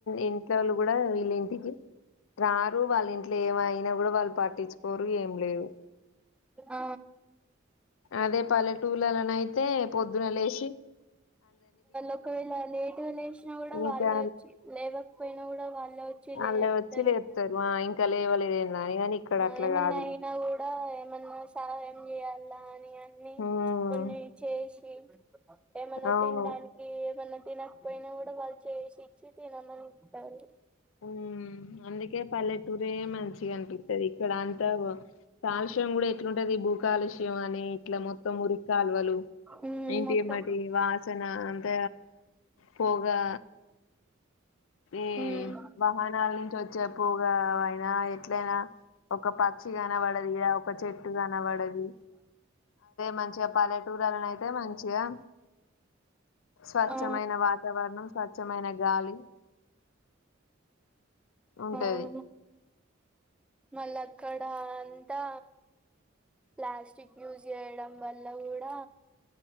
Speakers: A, on the left; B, in the centre.
A: ఇంట్లో వాళ్ళు కూడా వీళ్ళ ఇంటికి రారు వాళ్ళ ఇంట్లో ఏమైనా ఎవరు వాళ్ళు పాట్టించుకోరు ఏం లేదు
B: ఆ
A: అదే పల్లెటూర్లలో పొద్దున లేచే
B: ఒకవేళ లేటుగా లేసినా కూడా
A: ఇంకా
B: వాళ్ళ వచ్చి లేవకపోయినా కూడా వాళ్ళ అలా వచ్చి
A: వాళ్ళు
B: లేపుతారు
A: వచ్చి లేపుతారు ఆ ఇంకా లేవలేదేందా అని కానీ ఇక్కడ అట్లా
B: ఏమన్నా
A: కాదు
B: అయినా కూడా ఏమన్నా సాయం చేయలానా
A: ఉమ్
B: కొన్ని చేసి ఏమన్నా
A: అవును
B: తినడానికి ఏమన్నా తినకపోయినా కూడా వాళ్ళు చేసి ఇచ్చి తినమని ఇస్తారు
A: ఉ హు అందుకే పల్లెటూరే మంచిగా అనిపింది ఇక్కడ అంతా కాలుష్యం కూడా ఎట్లుంటది కాలుష్య అని ఇట్లా మొత్తం మురికాలువలు
B: ఉమ్
A: ఇంటి
B: మొత్తం
A: మట్టి వాసన అంత పోగా ఈ
B: ఉమ్
A: వాహనాల నుంచి వచ్చే పొగ అయినా ఎట్లయినా ఒక పక్షి కనబడదిగా ఒక చెట్టు కనబడది మంచిగా పల్లెటూరాలని అయితే మంచిగా స్వచ్ఛమైన
B: ఆ
A: వాతావరణం స్వచ్ఛమైన గాలి ఉంటది
B: అవును మల్ల అక్కడ అంతా ప్లాస్టిక్ యూజ్ చేయడం వల్ల కూడా